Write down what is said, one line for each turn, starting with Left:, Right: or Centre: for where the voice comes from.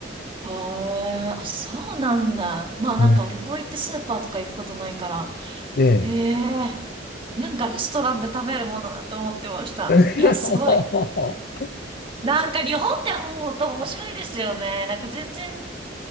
Right: あーあ、そうなんだ。まあなんか旅行行ってスーパーとか行くことないから。
Left: ねええ。
Right: へえ。なんかレストランで食べるものだと思ってました。
Left: <laughs>
Right: いや、すごい。なんか日本って本当面白いですよね。なんか全然、